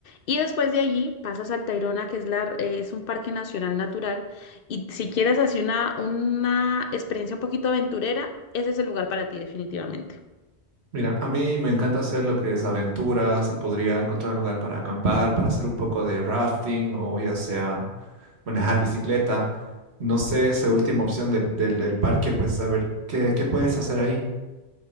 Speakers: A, on the left; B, on the right.
A: Y después de allí pasas al Tayrona, que es, la, eh, es un parque nacional natural. Y si quieres hacer una, una experiencia un poquito aventurera, ese es el lugar para ti definitivamente.
B: Mira, a mí me encanta hacer lo que es aventuras y podría encontrar un lugar para acampar, para hacer un poco de rafting o ya sea manejar bicicleta. No sé, esa última opción del, del, del parque, pues a ver qué, qué puedes hacer ahí.